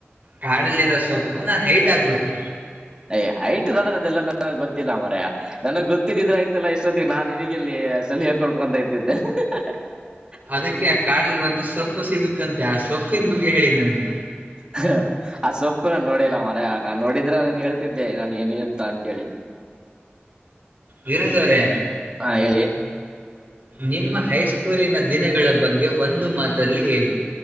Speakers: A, on the right; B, on the right.
A: ಕಾಡಲ್ಲಿರೋ ಸೊಪ್ಪು ನಾನ ಹೈಟ್ ಆಗ್ಬೇಕು
B: ಅಯ ಹೈಟ್ ಗೆ ಅಂದ್ರೆ ಅದೆಲ್ಲಾ ನನಗ್ ಗೊತ್ತಿಲ್ಲ ಮರ ನನಗ್ ಗೊತ್ತಿದ್ದಿದ್ರೆ ಆಯ್ತಲ್ಲ ಇಷ್ಟೊತ್ತಿಗೆ ನಾನ್ ನಿನಗೆಲ್ಲಿ ಸಲಹೆ ಕೊಡ್ಕೊಂತ ಇರ್ತಿದ್ದೆ ಹಿಹ ಆಆಆ
A: ಅದಕ್ಕೆ ಕಾಡಲ್ಲಿ ಒಂದು ಸೊಪ್ಪು ಸಿಗುತ್ತಂತೆ ಆ ಸೊಪ್ಪು ಪ್ಪಿನ್ ಬಗ್ಗೆ ಹೇಳಿ ನನ್ಗೆ
B: ಹ ಆ ಸೊಪ್ಪು ನಾ ನೋಡಿಲ್ಲ ಮರ ನಾನ್ ನೋಡಿದ್ರೆ ಅದನ್ನ ಹೇಳ್ತಿದ್ದೆ ನಾನು ಏನ ಅಂತ ಅಂತೇಳಿ
A: ವಿರೋದ ಅವ್ರೇ
B: ಹಾ ಹೇಳಿ
A: ನಿಮ್ಮ ಹೈಸ್ಕೂಲಿನ ದಿನಗಳ ಬಗ್ಗೆ ಒಂದು ಮಾತಲ್ಲಿ ಹೇಳಿ